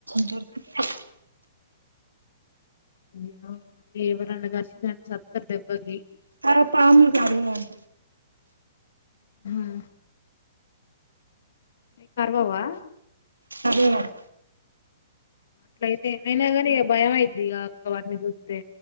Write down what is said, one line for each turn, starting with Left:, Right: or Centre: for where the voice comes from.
Right: దొరుకుత్నయ్
Left: అయ్యే అది ఎవరినైన కరిసిదంటే సత్తరు దెబ్బకి
Right: తర పాములు కరవ్వంట
Left: అవి కర్వవా
Right: కర్వవంట
Left: అట్లయితే ఎన్ని అయినా గాని ఇగ భయం అయిద్ది గా అక్క వాటిని చూస్తే